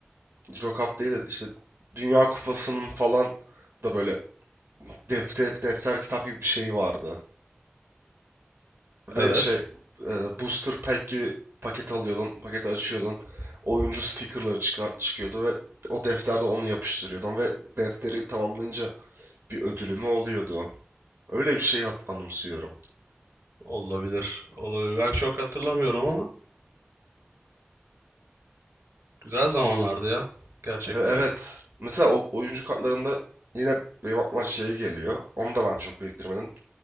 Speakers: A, on the right; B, on the right.
A: Euro Cup değil de işte Dünya Kupası'nın falan da böyle defter defter kitap gibi bir şeyi vardı. Ve
B: Evet.
A: şey e, booster pack gibi paket alıyordun, paketi açıyordun. Oyuncu stickerları çıkar, çıkıyordu ve o defterde onu yapıştırıyordun ve defteri tamamlayınca bir ödülü mü oluyordu? Öyle bir şey hat- anımsıyorum.
B: Olabilir. Olabilir. Ben çok hatırlamıyorum ama. Güzel zamanlardı ya gerçekten.
A: E- Evet. Mesela o oyuncu kartlarında yine benim aklıma şey geliyor. Onu da ben çok biriktirmedim.